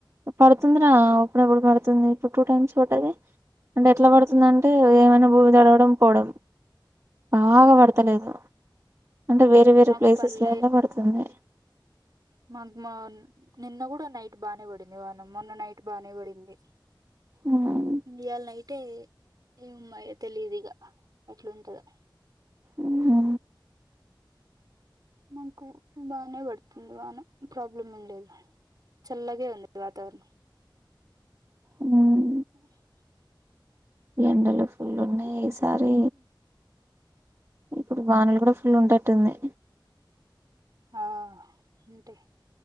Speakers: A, on the right; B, on the right.
A: పడుతుందిరా అప్పుడాప్పుడు పడుతుంది. ఇప్పుడు టూ టైమ్స్ పడ్డ. అంటే ఎట్లా పడుతుంది అంటే ఏమైనా భూమి జడవడం పోడం బాగా పడతలేదు. అంటే వేరే వేరే
B: మాకు
A: ప్లేసెస్లలా
B: పర్లే
A: పడుతుంది
B: మా మా నిన్న కూడా డా నైట్ బాగానే పడింది. వానం మొన్న నైట్ బానే పడింది.
A: ఉమ్
B: ఇయ్యాల నైట్ అంటే ఎమ్మాయ్ తెలిదిగా ఎట్లుంటదో
A: ఉహ్ హు
B: మాకు బానే పడుతుంది. వాన ప్రాబ్లం వుండదులే చల్లగే ఉంది వాతావరణం.
A: ఉహ్మ్
B: ఉహే
A: ఎండలు ఫుల్లు ఉన్నాయి. అస్ సారి ఇప్పుడు వానలు కూడా ఫుల్ ఉంటట్టుంది.
B: ఆహ్ ఉంటై